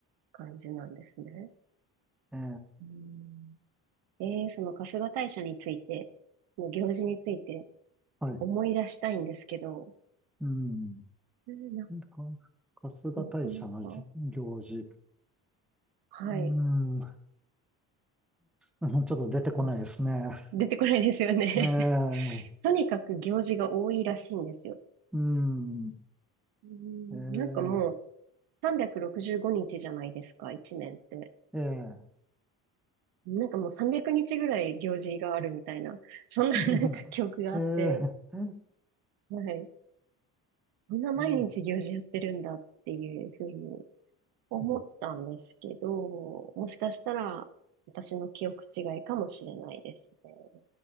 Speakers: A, on the right (about 75°); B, in the centre.
A: 感じなんですね。
B: ええ、
A: うん。えー、その春日大社について、の行事について
B: はい。
A: 思い出したいんですけど、
B: うん。
A: うな、
B: か春日大社のじ行事。
A: なかなか、はい。
B: うん。うんちょっと出てこないですね。
A: うん出てこないですよね。
B: ええ、
A: <laughs> とにかく行事が多いらしいんですよ。
B: うん、
A: うん、
B: え
A: なんかもう365日じゅうごにちじゃないですか、1年って。
B: え、ええ、
A: なんかもう300日ぐらい行事があるみたいな、そんななんか記憶があって、
B: <laughs> うんええ、
A: はい。こんな毎日行事やってるんだっていうふうに
B: え
A: 思ったんですけど、
B: え
A: もしかしたら私の記憶違いかもしれないですね。